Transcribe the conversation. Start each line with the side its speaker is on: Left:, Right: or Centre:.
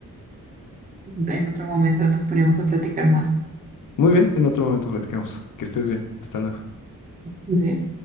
Right: En otro momento nos ponemos a platicar más.
Left: Muy bien, en otro momento platicamos. Que estés bien. Hasta luego.
Right: Bien.